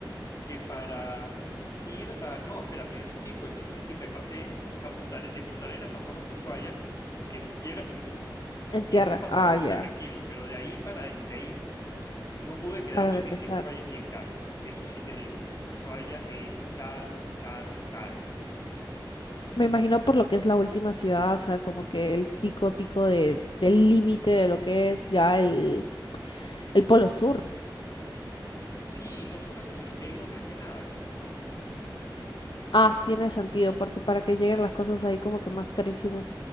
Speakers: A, on the left; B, on the left.
A: Que para ir a... No, espérate, yo sí, pues sí, sí, sí, me pasé a Punta, Are- de Punta Arenas, pasamos a Ushuaia, que llegas en bus.
B: En
A: Y
B: tierra.
A: es un paso
B: Ah,
A: bastante
B: ya.
A: tranquilo, pero de ahí para de ahí No pude quedarme,
B: Para regresar.
A: es que Ushuaia es bien caro, ¿ah? Eso sí te digo, Ushuaia es caro, caro, caro.
B: Me imagino por lo que es la última ciudad, o sea, como que el pico, pico de, del límite de lo que es ya el, el polo sur.
A: Sí, no solo eso, sino es que ahí no crece nada, pues, ¿no?
B: Ah, tiene sentido, porque para que lleguen las cosas ahí como que más carísimo.